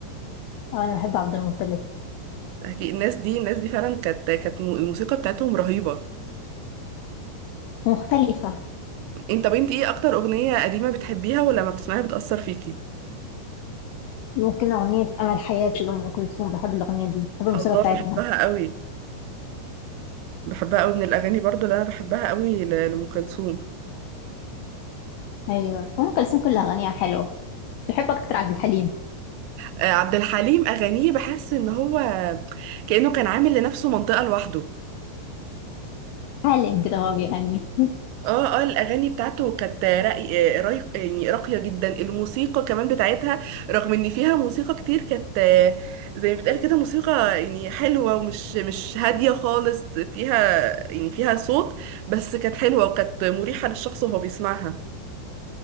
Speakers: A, on the left; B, on the right.
A: آه أنا بحب عبد المطلب
B: أكيد الناس دي الناس دي فعلا كانت كانت مو- الموسيقى بتاعتهم رهيبه
A: مختلفة
B: انت طب انت ايه اكتر اغنيه قديمه بتحبيها ولما بتسمعيها بتاثر فيكي
A: ممكن أغنية أمل حياتي لأم كلثوم بحب الأغنية دي بحب الموسيقى
B: الله
A: بتاعتها
B: بحبها قوي بحبها قوي من الاغاني برضو اللي انا بحبها قوي ل- لام كلثوم
A: أيوة أم كلثوم كلها أغانيها حلوة بحب أكتر عبد الحليم
B: آه، عبد الحليم اغانيه بحس ان هو كانه كان عامل لنفسه منطقه لوحده
A: عالم كده هو بيغني
B: اه اه الاغاني بتاعته كانت راقي آه، رايق يعني راقيه جدا الموسيقى كمان بتاعتها رغم ان فيها موسيقى كتير كانت آه، زي ما بتقال كده موسيقى يعني حلوه ومش مش هاديه خالص فيها يعني فيها صوت بس كانت حلوه وكانت مريحه للشخص وهو بيسمعها